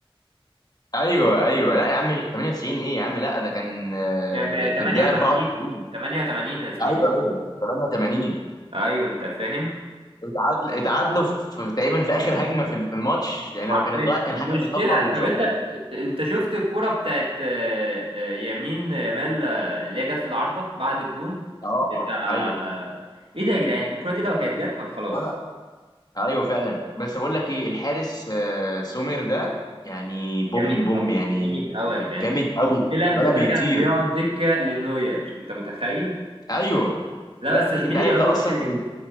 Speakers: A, on the left; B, on the right.
A: ايوه ايوه لا يا عم 98 ايه يا عم لا ده كان آه،
B: آه،
A: في
B: 88
A: في الدقيقه 94
B: 88 يا زميلي
A: ايوه ايوه 88
B: ايوه انت فاهم
A: اتعادل اتعادلوا في تقريبا في اخر هجمه في في الماتش يعني
B: عارفين
A: لو كانت ضاعت كان
B: المشكلة
A: حكم صفر وشكرا
B: طب انت انت شفت الكرة بتاعت آه، آه، يمين يامال آه، اللي هي جت في العارضة بعد الجون
A: اه
B: بتاع
A: ايوه
B: ايه ده يا جدعان الكرة دي لو كانت جت كان خلاص
A: ولا ايوه فعلا بس بقول لك ايه الحارس آه، سومير ده يعني بوم
B: جامد
A: بوم
B: قوي
A: يعني
B: جامد قوي يا جدعان
A: جامد قوي
B: المشكلة
A: ولا
B: إن
A: بيطير
B: ده كان بيقعد دكة للنوير أنت متخيل؟
A: ايوه
B: لا
A: يا
B: بس
A: ابني
B: يا زميلي
A: انت عارف
B: أقول
A: ده
B: لك
A: اصلا
B: حاجة
A: كان